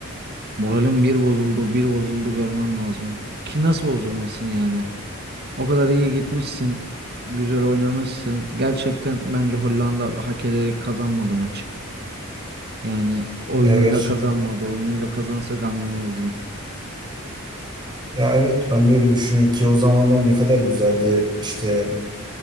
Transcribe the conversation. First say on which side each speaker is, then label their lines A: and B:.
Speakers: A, on the right; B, on the right.
A: moralim bir bozuldu bir bozuldu görmen lazım. Ki nasıl bozulmasın yani? O kadar iyi gitmişsin. Güzel oynamışsın. Gerçekten bence Hollanda hak ederek kazanmadı maçı. Yani oyunuyla
B: Ya gerçi
A: kazanmadı. Oyunuyla kazansa gam yemezdim.
B: ya evet ben de öyle düşünüyorum ki o zamanlar ne kadar güzeldi. İşte